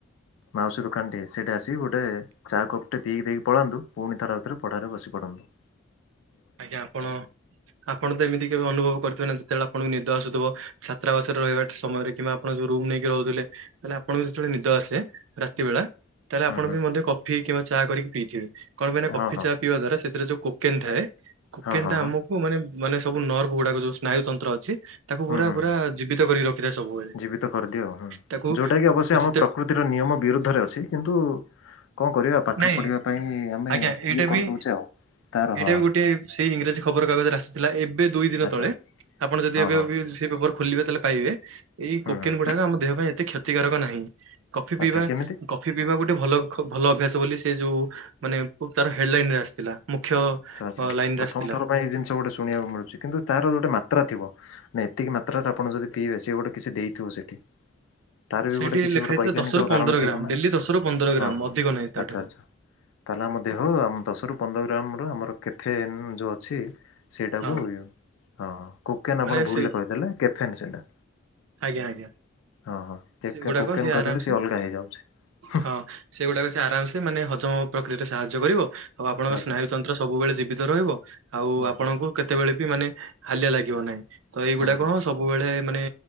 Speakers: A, on the left; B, on the right.
A: ମାଉସୀ ଦୋକାନଟି ସେଇଠି ଆସିକି ଗୋଟେ ଚା କପ୍ଟେ ପିଇି ଦେଇକି ପଳାନ୍ତୁ ପୁଣି ଥର ଆଉଥରେ ପଢାରେ ବସି ପଢ଼ନ୍ତୁ।
B: ଆଜ୍ଞା ଆପଣ, ଆପଣ ତ ଏମିତି କେବେ ଅନୁଭବ କରଥିବେ ନା ଯେତେବେଳେ ଆପଣଙ୍କୁ ନିଦ ଆସୁଥିବ ଛାତ୍ରାବାସରେ ରହିବା ସମୟରେ କିମ୍ବା ଆପଣ ଯୋଉ ରୁମ ନେଇକି ରହୁଥିଲେ ତାଲେ ଆପଣଙ୍କୁ ଯେତେବେଳେ ନିଦ ଆସେ ରାତି ବେଳା ତାହେଲେ ଆପଣ
A: ହୁଁ ହୁଁ
B: ବି ମଧ୍ୟ କଫି କିମ୍ବା ଚା କରିକି ପିଇଥିବେ, କଣ ପାଇଁ ନା
A: ହଁ
B: କଫି
A: ହଁ
B: ଚା ପିଇବା ଦ୍ୱାରା ସେଥିରେ ଯୋଉ କୋକେନ୍ ଥାଏ କୁକେନ୍
A: ହଁ ହଁ
B: ଟା
A: ହଁ
B: ଆମକୁ ମାନେ ମାନେ ସବୁ ନର୍ଭ ଗୁଡାକ ଯୋଉ ସ୍ନାୟୁ ତନ୍ତ୍ର ଅଛି ତାକୁ
A: ହୁଁ
B: ପୁରା
A: ହୁଁ ହୁଁ।
B: ପୁରା ଜୀବିତ କରିକି ରଖିଥାଏ ସବୁବେଳେ।
A: ଜୀବିତ କରିଦିଏ ଆଉ ହୁଁ
B: ତାକୁ
A: ଯୋଉଟା କି ଅବଶ୍ୟ ଆମ
B: ଯେତେ
A: ପ୍ରକୃତିର ନିୟମ ବିରୁଦ୍ଧରେ ଅଛି କିନ୍ତୁ କଣ କରିବା ପାଠ
B: ନାଇଁ
A: ପଢ଼ିବା ପାଇଁ ଆମେ
B: ଆଜ୍ଞା ଏଇଟା
A: ଇଏ କରିଦଉଛେ
B: ବି
A: ଆଉ ତାର
B: ଏଇଟା
A: ହଁ।
B: ବି ଗୋଟେ ସେଇ ଇଂରାଜୀ ଖବର କାଗଜରେ ଆସିଥିଲା ଏବେ ଦୁଇ ଦିନ
A: ଆଚ୍ଛା
B: ତଳେ ଆପଣ ଯଦି
A: ହଁ
B: ଏବେ
A: ହଁ
B: ବି ସେ ପେପର ଖୋଲିବେ ତାହେଲେ ପାଇବେ ଏଇ
A: ହୁଁ
B: କୋକେନ୍
A: ହୁଁ
B: ଗୁଡାକ ଆମ ଦେହ ପାଇଁ ଏତେ କ୍ଷତିକାରକ ନାହିଁ। କଫି ପିଇବା
A: ଆଚ୍ଛା କେମିତି
B: କଫି ପିଇବା ଗୋଟେ ଭଲ ଭଲ ଅଭ୍ୟାସ ବୋଲି ସେ ଯୋଉ ମାନେ ତାର ହେଡଲାଇନ ରେ ଆସିଥିଲା। ମୁଖ୍ୟ
A: ଆଛା,
B: ଲାଇନ
A: ପ୍ରଥମ
B: ରେ ଆସିଥିଲା।
A: ଥର ପାଇଁ ଏଇ ଜିନିଷ ଗୋଟେ ଶୁଣିବାକୁ ମିଳୁଛି କିନ୍ତୁ ତାର ଗୋଟେ ମାତ୍ରା ଥିବ। ନାଇଁ ଏତିକି ମାତ୍ରାରେ ଆପଣ ଯଦି ପିଇବେ ସେ ଗୋଟେ କିଛି ଦେଇଥିବ ସେଠି। ତାର ବି
B: ସେଇଠି
A: ଗୋଟେ କିଛି
B: ଲେଖା
A: ଗୋଟେ
B: ହେଇଥିଲା
A: ବୈଜ୍ଞାନିକ
B: ଦଶରୁ ପନ୍ଦର
A: କାରଣ ଥିବ
B: ଗ୍ରାମ
A: ନା,
B: ଡେଲି ଦଶରୁ ପନ୍ଦର ଗ୍ରାମ
A: ହଁ ହଁ
B: ଅଧିକ ନାହିଁ ତାଠାରୁ।
A: ଆଚ୍ଛା ଆଚ୍ଛା। ତାହେଲେ ଆମ ଦେହ ଆମ ଦଶରୁ ପନ୍ଦର ଗ୍ରାମ ର ଆମର କେଫେନ୍ ଯୋଉ ଅଛି ସେଇଟାକୁ
B: ହଁ
A: ହଁ କୁକେନ
B: ମାନେ
A: ଆପଣ ଭୁଲରେ
B: ସେ
A: କହିଦେଲେ, କେଫେନ୍ ସେଇଟା।
B: ଆଜ୍ଞା ଆଜ୍ଞା
A: ହଁ ହଁ
B: ସେଗୁଡାକ
A: କେ କୋକେନ୍ କହିଦେଲେ
B: ଆରାମସେ
A: ସେ ଅଲଗା ହେଇଯାଉଛି।
B: ହଁ ସେଗୁଡାକ ସେ ଆରାମ ସେ ମାନେ ହଜମ ପ୍ରକ୍ରିୟାରେ ସାହାଯ୍ୟ କରିବ ଆଉ ଆପଣଙ୍କ
A: ଆଚ୍ଛା ଆଚ୍ଛା
B: ସ୍ନାୟୁତନ୍ତ୍ର ସବୁବେଳେ ଜୀବିତ ରହିବ, ଆଉ
A: ହୁଁ
B: ଆପଣଙ୍କୁ
A: ହୁଁ
B: କେତେବେଳେ ବି ମାନେ ହାଲିଆ ଲାଗିବ ନାହିଁ, ତ ଏଇଗୁଡାକ
A: ହୁଁ ହୁଁ
B: ହ ସବୁବେଳେ ମାନେ